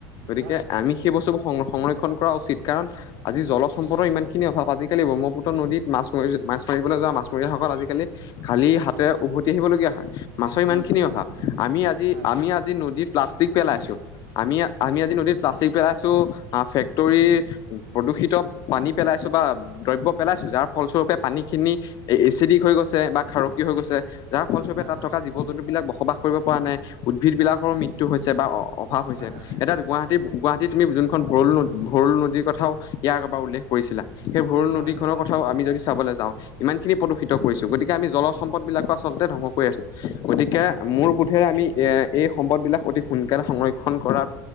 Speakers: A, on the left; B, on the right.
A: গতিকে
B: হয় হয়
A: আমি
B: হয়
A: সেইস্তুবোৰ সং সংৰক্ষণ কৰা উচিত কাৰণ আজি জলসম্পদ ইমান খিনি অভাৱ, আজিকালি ব্ৰহ্মপুত্ৰ নদীত মাছ মাৰি মাছ মাৰিবলৈ যোৱা মাছমৰীয়াসকল আজিকালি খালি হাতেৰে উভতি আহিবলগীয়া হয়। মাছৰ ইমানখিনি
B: উম হয়
A: অভাৱ, আমি আজি
B: হয়
A: আমি আজি নদীত প্লাষ্টিক পেলাইছোঁ। আমি আমি আজি নদীত প্লাষ্টিক পেলাইছোঁ, ফেক্টৰীৰ প্ৰদূষিত পানী পেলাইছো বা দ্ৰব্য পেলাইছো যাৰ ফলস্বৰূপে পানীখিনি এ এচিডিক হৈ গৈছে বা খাৰ কিয় হৈ গৈছে। যাৰ ফলস্বৰূপে
B: হয়
A: তাত
B: হয়
A: থকা জীৱ-জন্তুবিলাক বসবাস কৰিব পৰা নাই, উদ্ভিদ বিলাক ৰ মৃত্যু হৈছে বা অভাৱ হৈছে।
B: হয় হয়
A: এতিয়া গুৱাহাটী গুৱাহাটী তুমি যোন ভৰল, ভৰুল নদীৰ কথাও ইয়াৰ আগৰবাৰ উল্লেখ কৰিছিলা। সেই ভৰুল
B: হয়
A: নদী
B: হয় হয় হয়
A: খনৰ
B: হয় হয় হয় হয় হয়
A: কথাও আমি যদি চাবলে যাওঁ ইমান খিনি প্ৰদূষিত কৰিছোঁ গতিকে আমি জলজ সম্পদ বিলাকো আচলতে ধ্বংস কৰি আছোঁ। গতিকে মোৰ বোধেৰে আমি এ এই সম্পদ বিলাক অতি সোনকালে সংৰক্ষণ কৰাৰ